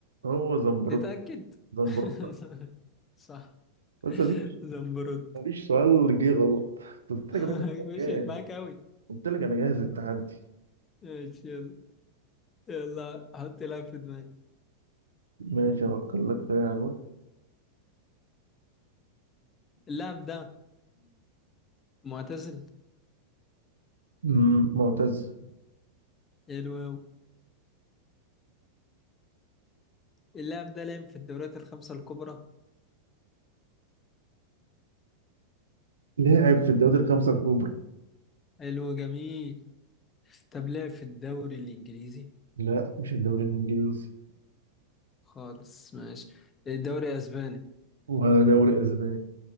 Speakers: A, on the right; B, on the left.
A: هو زنبروك
B: تتأكد
A: زنبروك
B: <laughs> صح
A: بس مفيش
B: زمبروت
A: مفيش سؤال جه غلط قلت
B: <laughs>
A: لك يا باشا أنا
B: مشيت
A: جاهز
B: معاك أوي
A: قلت لك انا جاهز للتحدي
B: ماشي يلا يلا حط لاعب في دماغي
A: ماشي افكر لك في لاعب أهو.
B: اللاعب ده معتزل
A: مم، معتز
B: حلو أوي اللاعب ده لعب في الدوريات الخمسة الكبرى
A: لاعب في الدوري الخمسة الكبرى
B: حلو جميل طب لعب في الدوري الإنجليزي
A: لا مش الدوري الانجليزي
B: خالص ماشي دوري اسباني
A: ولا دوري اسباني